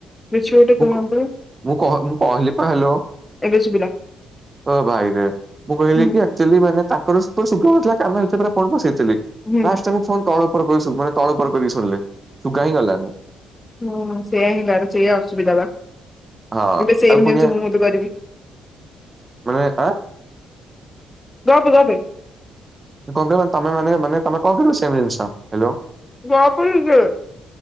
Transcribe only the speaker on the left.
କିଛି ଗୋଟେ
କୁହନ୍ତୁ
ଏବେ ଶୁଭିଲା
ହୁଁ
ହୁଁ
ହୁଁ ସେଇୟା ହିଁ ତାର ସେଇୟା ଅସୁବିଧା ବା
ଏବେ ସେମ୍
ଜିନିଷ ମୁଁ ବି କରିବି।
ଗପେ ଗପେ।
ଗପେ ନିଜେ।